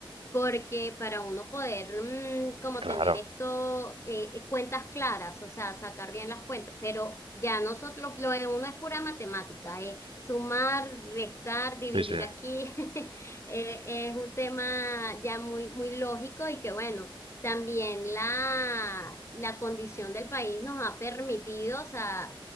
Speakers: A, on the left (about 30°); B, on the right (about 75°).
A: porque para uno poder mm, como
B: claro.
A: tener esto, eh, eh, cuentas claras, o sea, sacar bien las cuentas, pero ya nosotros, lo de uno es pura matemática, eh, sumar, restar, dividir
B: Sí, sí,
A: aquí, <laughs> eh, es un tema ya muy, muy lógico y que bueno. También la, la condición del país nos ha permitido, o sea,